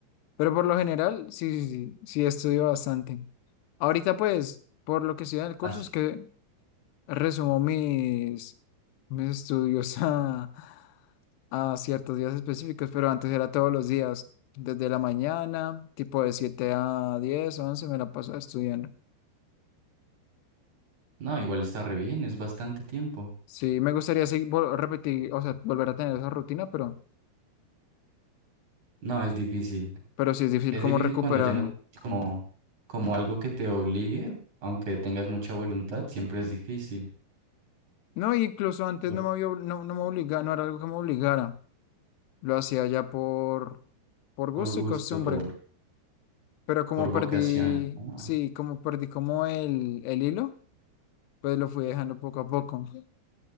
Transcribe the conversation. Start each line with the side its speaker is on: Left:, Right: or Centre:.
Left: pero por lo general sí, sí, sí, sí estudio bastante. Ahorita pues, por lo que estoy en el curso
Right: así.
Left: es que resumo mis, mis estudios <laughs> a, a ciertos días específicos, pero antes era todos los días, desde la mañana, tipo de 7 a 10 11 me la paso estudiando.
Right: No, igual está re bien, es bastante tiempo.
Left: Sí, me gustaría seguir, vol- repetir, o sea, volver a tener esa rutina, pero,
Right: No, es difícil.
Left: pero sí es difícil
Right: Es
Left: como
Right: difícil
Left: recuperarme.
Right: cuando ya no como como algo que te obligue, aunque tengas mucha voluntad, siempre es difícil
Left: No, incluso antes
Right: por,
Left: no me había, ob- no, no me obligaba, no era algo que me obligara. Lo hacía ya por, por gusto
Right: por gusto,
Left: y costumbre.
Right: por
Left: Pero como
Right: por vocación.
Left: perdí,
Right: Ah,
Left: sí, como perdí como el, el hilo, pues lo fui dejando poco a poco,